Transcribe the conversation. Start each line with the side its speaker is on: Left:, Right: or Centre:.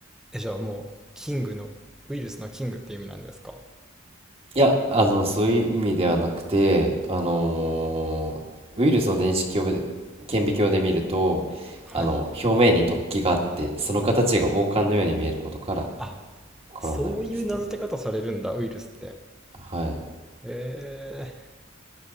Centre: え、じゃあもう、キングの、ウイルスのキングって意味なんですか
Right: いや、あの、そういう意味ではなくて、あのーウイルスを電子鏡で、顕微鏡で見ると、
Centre: はい。
Right: あの、表面に突起があって、その形が王冠のように見えることから、
Centre: あ、
Right: コロナウイルスっていう。
Centre: そういう名付け方されるんだ、ウイルスって。
Right: はい。
Centre: へえ。